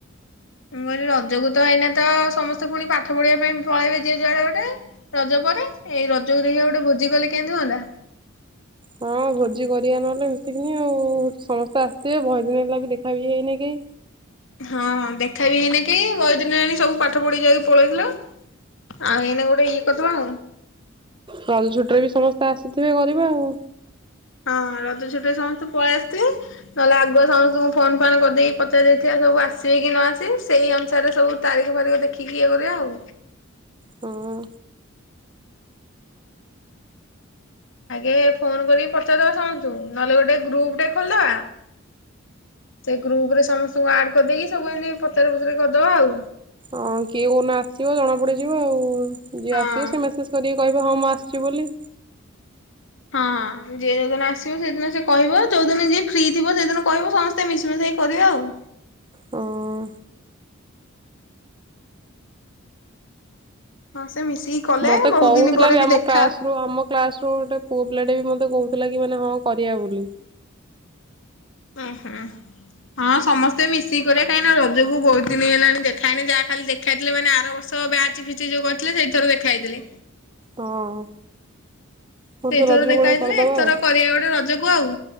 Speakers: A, on the left; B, on the right.
A: ମୁ କଇଲି ରଜକୁ ତ ଏଇନା ତ ସମସ୍ତେ ପୁଣି ପାଠ ପଢିବା ପାଇଁ ପଳେଇବେ ଯିଏ ଯୁଆଡେ ଗୋଟେ ରଜ ପରେ ଏଇ ରଜକୁ ଦେଖିଆ ଗୋଟେ ଭୋଜି କଲେ କେମତି ହୁଅନ୍ତା?
B: ହଁ ଭୋଜି କରିବା ନହେଲେ ମିଶିକିନି ଆଉ ସମସ୍ତେ ଆସିବେ ବହେଦିନ ହେଲା ବି ଦେଖା ବି ହେଇନିକି
A: ହଁଁ ଦେଖେଇବିନି କି ବହେଦିନ ହେଲାଣି ସବୁ ପାଠ ପଢି ଯାଇକି ପଳେଇଥିଲ। ଆଉ ଏନେ ଗୋଟେ ଇଏ କରିଦବା ଆଉ।
B: କାଲି ଛୁଟିରେ ବି ସମସ୍ତେ ଆସିଥିବେ କରିବା ଆଉ।
A: ହଁ ରଜ ଛୁଟିରେ ସମସ୍ତେ ପଳେଇ ଆସିଥିବେ ନହେଲେ ଆଗୁଆ ସମସ୍ତଙ୍କୁ ଫୋନଫାନ୍ କରିଦେଇକି ପଚାରି ଦେଇଥିବା ସବୁ ଆସିବେ କି ନଆସିବେ ସେଇ ଅନୁସାରେ ସବୁ ତାରିଖ ଫାରିଖ ଦେଖିକି ଇଏ କରିବା ଆଉ।
B: ହଁ।
A: ଆଗେ ଫୋନ କରିକି ପଚାରିଦବା ସମସ୍ତଙ୍କୁ ନହେଲେ ଗୋଟେ ଗ୍ରୁପ ଟେ ଖୋଲିଦବା। ସେଇ ଗ୍ରୁପରେ ସମସ୍ତଙ୍କୁ ଆଡ଼ କରିଦେଇକି ସବୁ ଏନ୍ତି ପଚରା ପୁଚୁରି କରିଦବା ଆଉ।
B: ହଁ କିଏ କୋଉଦିନ ଆସିବ ଜଣାପଡ଼ିଯିବ ଆଉ ଯିଏ
A: ହଁ।
B: ଆସିବ ସେ ମେସେଜ କରିକି କହିବ ହଁ ମୁଁ ଆସୁଛି ବୋଲି।
A: ହଁ। ଯିଏ ଯୋଉଦିନ ଆସିବ ସେଇଦିନ ସେ କହିବ ଯୋଉଦିନ ଯିଏ ଫ୍ରି ଥିବ ସେଇଦିନ କହିବ ସମସ୍ତେ ମିଶିମୁଷାକି କରିବା ଆଉ।
B: ହଁ।
A: ହଁ ସେ ମିଶିକି କଲେ
B: ମତେ
A: ବହୁତ
B: କହୁଥିଲାବି
A: ଦିନ ପରେ ବି
B: ଆମ
A: ଦେଖା
B: କ୍ଲାସରୁ ଆମ କ୍ଲାସରୁ ଗୋଟେ ପୁଅ ପିଲାଟେ ବି ମତେ କହୁଥିଲା କି ମାନେ ହଁ କରିବା ବୋଲି।
A: ହୁଁ ହୁଁ। ହଁ ସମସ୍ତେ ମିଶିକି କରିବା। କାହିଁକିନା ରଜକୁ ବୋହୁତଦିନି ହେଲାଣି ଦେଖା ହେଇନି ଯାହା ଖାଲି ଖାଇଥିଲେ ମାନେ ଆରବର୍ଷ ବ୍ୟାଚଫିଷ୍ଟ ଯୋଉ କରିଥିଲେ ସେଇଥର ଦେଖା ହେଇଥିଲେ।
B: ହଁ ବର୍ଷ
A: ସେଇଥରକ
B: ରଜକୁ
A: ଦେଖା
B: ଗୋଟେ
A: ହେଇଥିଲେ
B: କରିଦବା
A: ଏଥର
B: ଆଉ।
A: କରିବା ଗୋଟେ ରଜକୁ ଆଉ।